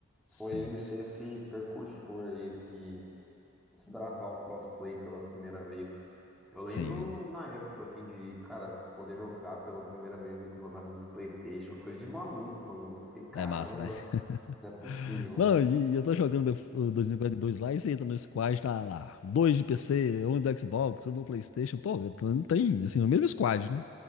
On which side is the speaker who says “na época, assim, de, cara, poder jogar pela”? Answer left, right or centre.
Centre